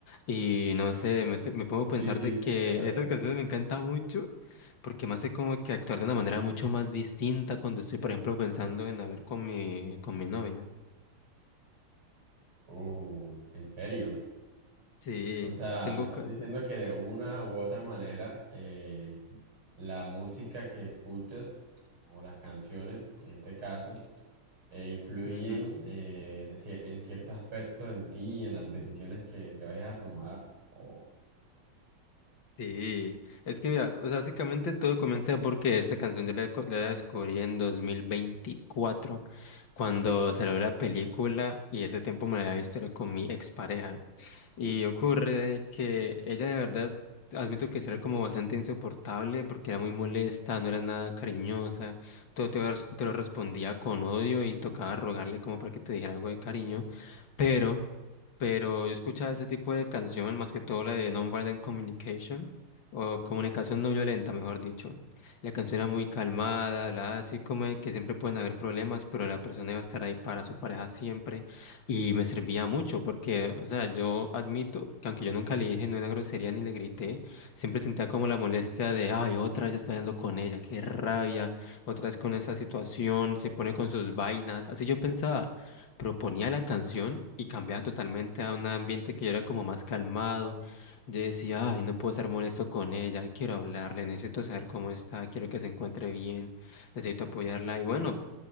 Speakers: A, on the left; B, on the right.
A: Y no sé, me, estoy- me pongo a
B: Sí,
A: pensar
B: sí,
A: de que
B: sí recuerdo.
A: estas canciones me encantan mucho porque me hace como que actuar de una manera mucho más distinta cuando estoy, por ejemplo, pensando en hablar con mi, con mi novia.
B: Uh, ¿en serio?
A: Sí,
B: O sea,
A: tengo
B: me estás
A: casas.
B: diciendo que de una u otra manera eh, la música que escuchas o las canciones, en este caso, eh, influyen
A: Ujú,
B: eh, de cier- en cierto aspecto en ti y en las decisiones que, que vayas a tomar. O,
A: Sí, es que mira, o sea, básicamente todo comenzó porque esta canción yo la, co- la descubrí en 2024 cuando salió la película y ese tiempo me la había visto era con mi expareja. Y ocurre que ella de verdad, admito que sí era como bastante insoportable porque era muy molesta, no era nada cariñosa, todo te, lo res- te lo respondía con odio y tocaba rogarle como para que te dijera algo de cariño, pero, pero yo escuchaba ese tipo de canción, más que todo la de Nonviolent Communication, o comunicación no violenta, mejor dicho. La canción era muy calmada, hablaba así como de que siempre pueden haber problemas, pero la persona iba a estar ahí para su pareja siempre. Y me servía mucho porque, o sea, yo admito que aunque yo nunca le dije ni una grosería ni le grité, siempre sentía como la molestia de, ay, otra vez está hablando con ella, qué rabia, otra vez con esa situación, se pone con sus vainas. Así yo pensaba, proponía la canción y cambiaba totalmente a un ambiente que yo era como más calmado. Yo decía, ay, no puedo estar molesto con ella, quiero hablarle, necesito saber cómo está, quiero que se encuentre bien, necesito apoyarla. Y bueno.